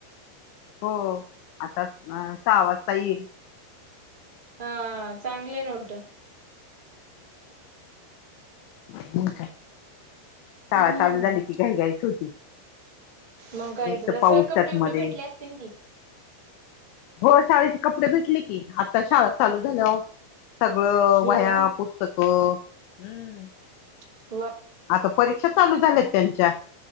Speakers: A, on the left; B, on the right.
A: हो आता सहा वाजता येईल.
B: हा चांगले ना उलटं.
A: मगं काय, शाळा
B: हम्म
A: चालू झाली की घाई, घाईच होती.
B: मग काय
A: आणि एक
B: तर सगळे
A: पाऊस
B: कपडे
A: त्यात
B: वपडे
A: मध्ये
B: भेटले असतीन की?
A: हो शाळेचे कपडे भेटले की आता शाळा चालू झाल्यावर सगळं
B: भेटले
A: वह्या
B: ना
A: पुस्तकं, हम्म.
B: वा <inaudible>
A: आता परीक्षा चालू झाल्यात त्यांच्या.